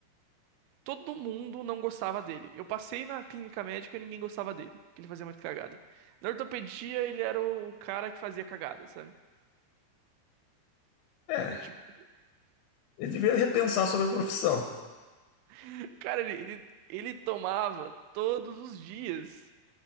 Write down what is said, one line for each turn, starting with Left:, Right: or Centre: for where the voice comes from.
Right: Todo mundo não gostava dele. Eu passei na clínica médica e ninguém gostava dele, porque ele fazia muito cagada. Na ortopedia, ele era o o cara que fazia cagada, sabe?
Left: É,
Right: Tipo,
Left: ele devia repensar sobre a profissão.
Right: <laughs> cara, ele, ele, ele tomava todos os dias.